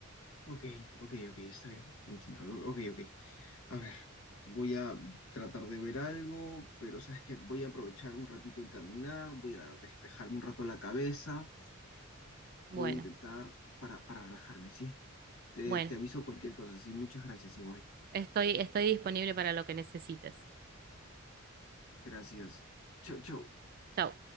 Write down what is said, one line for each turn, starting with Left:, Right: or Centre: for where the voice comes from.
Left: Ok, ok, ok, está bien, entiendo. Ok, ok. A ver, voy a tratar de ver algo, pero sabes que voy a aprovechar un ratito en caminar, voy a despejarme un rato la cabeza,
Right: Bueno,
Left: voy a intentar para, para relajarme, ¿sí? Te,
Right: bueno,
Left: te aviso cualquier cosa, sí, muchas gracias igual.
Right: estoy, estoy disponible para lo que necesites.
Left: Gracias. Chau, chau.
Right: Chau.